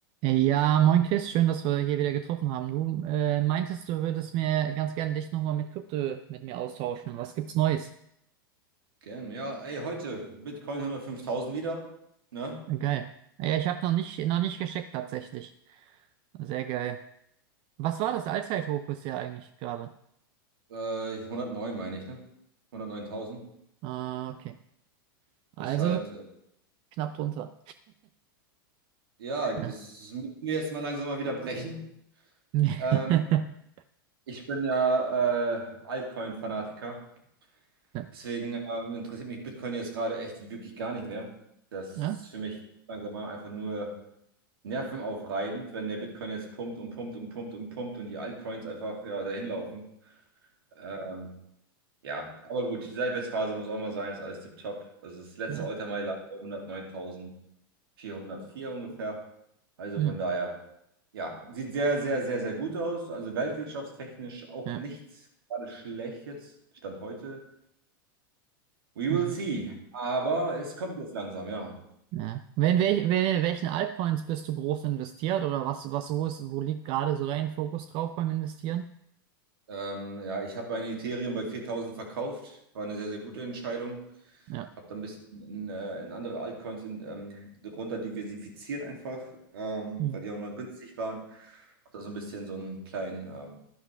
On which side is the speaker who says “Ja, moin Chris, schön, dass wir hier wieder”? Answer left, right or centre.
Right